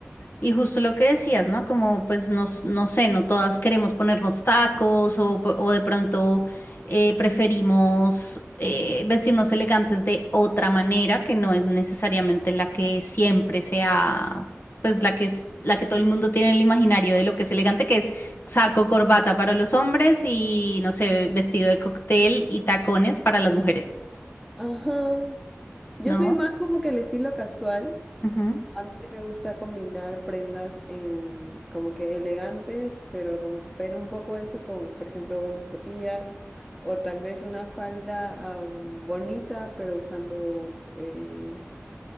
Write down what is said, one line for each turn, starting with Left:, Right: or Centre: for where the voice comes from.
Left: Y justo lo que decías, ¿no? Como pues nos, no sé, no todas queremos ponernos tacos o, po- o de pronto eh, preferimos eh, vestirnos elegantes de otra manera que no es necesariamente la que siempre sea, pues la que es, la que todo el mundo tiene en el imaginario de lo que es elegante, que es saco, corbata para los hombres y no sé, vestido de cóctel y tacones para las mujeres.
Centre: Ajá. Yo
Left: ¿No?
Centre: soy más como que el estilo casual.
Left: Ujú,
Centre: A mí sí me gusta combinar prendas em, como que elegantes, pero romper un poco eso con, por ejemplo, unas zapatillas o tal vez una falda am, bonita, pero usando, eh,